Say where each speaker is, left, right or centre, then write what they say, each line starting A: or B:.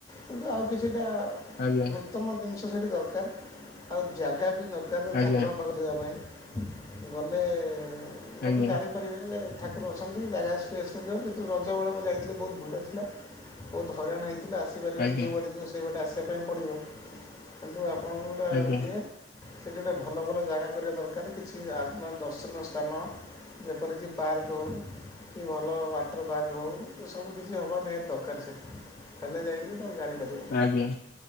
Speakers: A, on the left; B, on the left.
A: କିନ୍ତୁ ଆଉ କିଛିଟା
B: ଆଜ୍ଞା
A: ଉତ୍ତମ ଜିନିଷ ସେଠି ଦରକାର ଆଉ ଜାଗା ବି ଦରକାର
B: ଆଜ୍ଞା
A: ଠାକୁରଙ୍କ ପାଖରେ ଯିବା ପାଇଁ ଗଲେ ଲୋକ
B: ଆଜ୍ଞା
A: ଜାଣି ଠାକୁର ଅଛନ୍ତି ଜାଗା ସ୍ପେସ୍ଯିବ କିନ୍ତୁ ରଜ ବେଳେ ମୁଁ ଯାଇଥିଲି ବହୁତ ଭିଡ଼ ଥିଲା ଥିଲା ବହୁତ ହଇରାଣ ହେଇଥିଲା ଆସିପାରିବନି
B: ଆଜ୍ଞା
A: ଯୋଉ ବାଟେ ସେଇପଟେ ଆସିବା ପାଇଁ ପଡ଼ିବ କିନ୍ତୁ ଆପଣ ଯେଉଁଟା
B: ଆଜ୍ଞା ଆଜ୍ଞା
A: ଇଏ ସେଇଠି ଗୋଟେ ଭଲ ଭଲ ଜାଗା କରିବା ଦରକାର କିଛି ଆ ଦର୍ଶନୀୟ ସ୍ଥାନ ଯେପରିକି ପାର୍କ ହଉ କି ଭଲ ୱାଟର ପାର୍କ ହଉ ଏ ସବୁ କିଛି ହେବା ନାଇ ଦରକାର ସେଠି ହେଲେ ଯାଇକି ତମେ ଜାଣିପାରିବ
B: ଆଜ୍ଞା